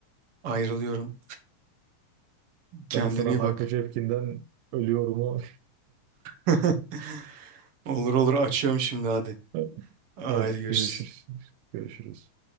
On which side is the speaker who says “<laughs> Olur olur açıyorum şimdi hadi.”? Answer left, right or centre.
Right